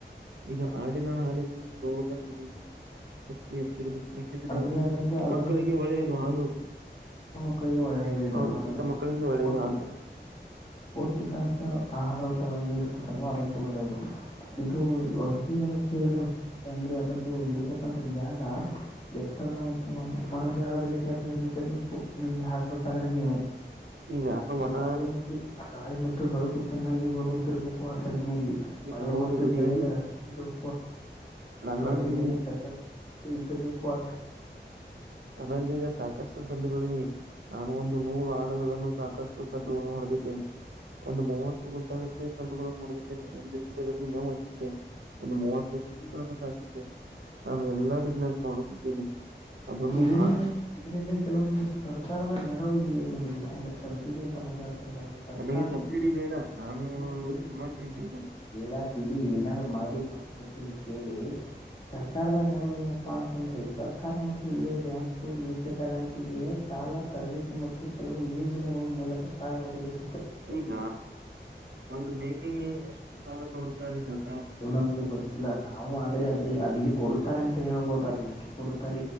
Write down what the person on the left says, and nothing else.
ಆದ್ರೆ
ಅದ್ರದ್ದೇ ಅದ್ರ
ಚಿಕ್ಕ ಮಕ್ಕಳಿಗೆ ಒಳ್ಳೆಯದ ಇದು
ಹಾಲು
ಅಂದ್ರೆ
ಪೌಷ್ಟಿಕಾಂಶ
ಅಂದ್ರೆ ಪೌಷ್ಟಿಕಾಂಶ ಆಹಾರ. ಆರಹಿತವಾಗಿ ಇರುತ್ತದಲ್ವೋ ಅದಕ್ಕೆ ಒಳ್ಳೆಯದು. ಇದು ವಸತಿ ವ್ಯವಸ್ಥೆ ಹೇಗಿರ್ಬ ಅಂದ್ರೆ ಅದ್ರದ್ದು ಇರತಕ್ಕಂಥ ಜಾಗ. ಎತ್ತರದ ಮತ್ತು ಮನೆ ಜಾಗದಲ್ಲಿ ಸರ್ ನಿರ್ಮಿಸಬೇಕು. ನಿಮ್ಗೆ ಹಾಕ್ಬೇಕಾದ್ರೆ ನೀವು
ಗಾಳಿ ಮತ್ತು ಗಾಳಿ. ಮತ್ತು ಬೆಳಕು ಚೆನ್ನಾಗಿ ಬರುವಂತಿರಬೇಕು ಆ ಸಜನಲ್ಲಿ
ಮಳೆ
ಮತ್ತು
ಚಳಿಯಿಂದ ರಕ್ಷೆ ನೀಡುವ.
ಪ್ರತಿದಿನ ಚಿಸಬೇಕು ಆ
ಇದರಿಂದ
ಇದರಿಂದ ಕೆಲವೊಂದ ದಿವಷ್ಟು ಸರ್ಕಾರದ ನೆರವು ಇದೆ ನಿಮಗೆ ಅಂದ್ರೆ ಸಬ್ಸಿಡಿ ಅಂತ ಮಾತಾಡ್ತಿರಲ್ಲ ಸರ್ಕಾರ.
ಕೇಳಿ
ಕೇಳಿ
ಕೇಳಿ
ಬೇಡ ಬಿಡಿ ಏನಾದ್ರೂ ಮಾಡಿ ನಾವು ನೋಡ್ತೇವಿ. ಕೇಳಿ ಸರ್ಕಾರದ ನೆರವು ಏನಪ್ಪಾ ಅಂತಂದ್ರೆ ಸರ್ಕಾರ ಮ <unintelligible> ಶಾಲಾ ತರಬೇತಿ ಮತ್ತು ಕೆಲವು ವಿಭೋಜನೆಗಳು ಮೂಲಕ ಸಹಾಯ ಒದಗಿಸ
ಅದು ನಮ್ಗೆ ಗೊತ್ತಿಲ್ಲ ನಾವು ಆದ್ರೆ ಆದ್ರೆ ಅಲ್ಲಿ ಕೊಡುತ್ತಾರೆ ಅಂತ ಹೇಳ್ಬೋುದು ಅಲ್ಲಿ ಎಷ್ಟು ಕೊುತ್ತ.